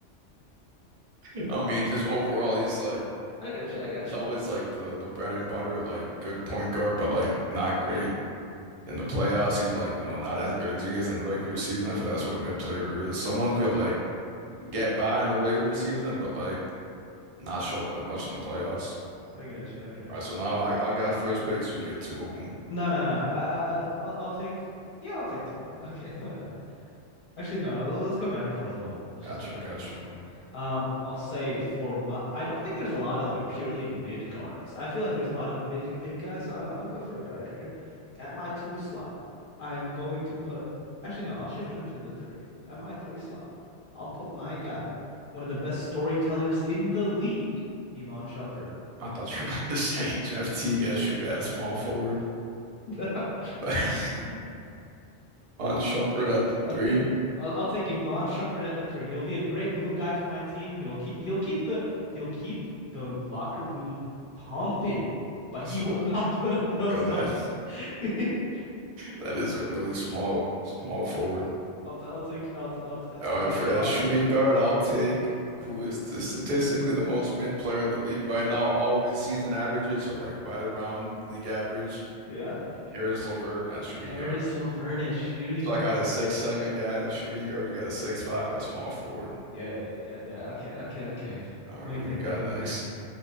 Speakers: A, on the right; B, on the left.
A: <laughs> I mean, just overall, he's like
B: <laughs> I got you. I got
A: he's always
B: you.
A: like the the bread and butter, like good point guard, but like not great in the playoffs. He's like, you know, not as good as he is in the regular season. I feel like that's what a mid player is. Someone could like get by in the regular season, but like not show up as much in the playoffs.
B: I got you. I got
A: All right, so
B: you.
A: now I, I got first picks. You get two of them.
B: No, no, no. I, I, I- I'll, I'll take. Yeah, I'll take two. <laughs> Okay, why not? Actually, no. l- Let's go back and forth one. Let's
A: Got
B: just go back
A: you, got
B: and forth
A: you.
B: one. Um, I'll say for my. I don't think there's a lot of like purely mid guards. I feel like there's a lot of mid big guys. So I'm, I'm gonna go for a guard here. At my two slot, I'm going to put. Actually, no. I'll shift him to the three. At my three slot, I'll put my guy, one of the best storytellers in the league, Iman Shumpert.
A: I thought you were about to <laughs> say Jeff Teague as shoot as small forward.
B: <laughs>
A: <laughs> Iman Shumpert at the
B: I'll
A: three.
B: take I'll, I'll take Iman Shumpert at the three. He'll be a great glue guy for my team. He'll keep he'll keep the he'll keep the locker room pumping, but
A: That's
B: he will
A: a
B: <laughs> not put up those
A: yo
B: numbers.
A: that
B: <laughs>
A: that is a really small small forward.
B: I'll I'll take I'll I'll
A: All
B: I'll
A: right,
B: take
A: for
B: Iman
A: as shooting
B: Shumpert.
A: guard, I'll take who is t statistically the most mid player in the league right now. All of his season averages are like right around league average.
B: Yeah.
A: Give me Caris LeVert at shooting
B: Harris
A: guard.
B: LeVert at shooting
A: So I
B: guard.
A: got a six seven guy at shooting guard. You got a six five at small forward.
B: Yeah, yeah, yeah, yeah. Okay, okay, okay.
A: All
B: Let
A: right,
B: me
A: who
B: think.
A: you got
B: Let me
A: next?
B: think.